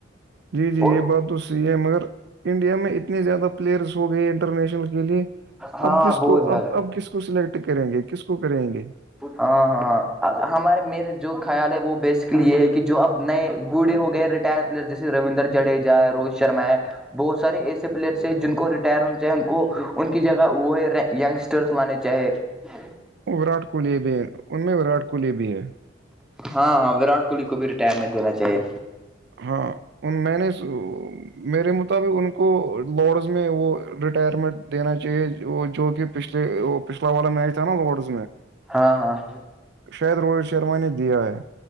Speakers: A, on the right; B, in the centre.
A: جی جی
B: اور
A: یہ بات تو ہے مگر انڈیا میں اتنے زیادہ پلیئرس ہو گئے انٹرنیشنل کے کے لیے
B: ہاں
A: اب کس
B: بہت
A: کو
B: زیادہ
A: اب اب کس کو سلیکٹ کریں گے کس کو کریں گے
B: ہاں ہاں ہمارے میرے جو خیال ہے وہ بیسکلی یہ ہے کہ جو اب نئے بوڑھے ہو گئے پلیر جسے رویندر چڑے جا روہت شرما ہے بہت سارے ایسے پلیئرس ہے جن کو ریٹائر ہونا چاہے ان کو ان کی جگہ وہ ہے ینگسٹرس لانے چاہے <inaudible>
A: وراٹ کوہلی بھی ہے ان میں وراٹ کوہلی بھی ہے
B: ہاں ہاں ورٹ کوہلی کو بھی ریٹائرمنٹ دینا چاہیے
A: ہاں میں نے میرے مطابق ان کو بڈز میں وہ ریٹائرمنٹ دینا چاہیے وہ جو کہ پچھلے وہ پچھلا والا میچ تھا نا لارڈز میں
B: ہاں ہاں
A: شاید روہت شرما نے دیا ہے